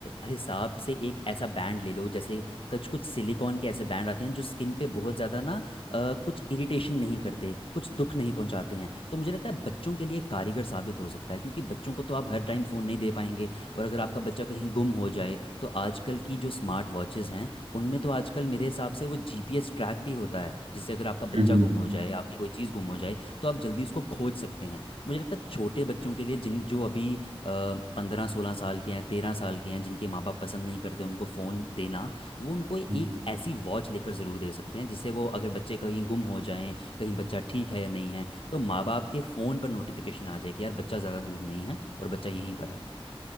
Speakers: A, on the left (about 65°); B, on the right (about 75°).
A: हिसाब से एक ऐसा बैंड ले लो जैसे कुछ कुछ सिलिकॉन के ऐसे बैंड आते हैं जो स्किन पे बहुत ज़्यादा ना अ, कुछ इरिटेशन नहीं करते कुछ दुख नहीं पहुंचाते हैं तो मुझे लगता है बच्चों के लिए कारगर साबित हो सकता है क्योंकि बच्चों को तो आप हर टाइम फ़ोन नहीं दे पाएंगे और अगर आपका बच्चा कहीं गुम हो जाए तो आजकल की जो स्मार्ट वॉचेज़ हैं उनमें तो आजकल मेरे हिसाब से वो जीपीएस ट्रैक भी होता है जिससे अगर आपका बच्चा
B: हम्म, हम्म,
A: गुम हो जाए आपकी कोई चीज़ गुम हो जाए तो आप जल्दी उसको खोज सकते हैं मुझे लगता है छोटे बच्चों के लिए जिन जो अभी पंद्रह सोलह साल के हैं तेरह साल के हैं जिनके माँ बाप पसंद नहीं करते उनको फ़ोन देना वो उनको एक
B: हम्म।
A: ऐसी वॉच लेकर ज़रूर दे सकते हैं जिससे वो अगर बच्चे कहीं गुम हो जाएं कहीं बच्चा ठीक है या नहीं है तो माँ बाप के फ़ोन पर नोटिफिकेशन आ जाए कि यार बच्चा ज़्यादा दूर नहीं है और बच्चा यहीं पर है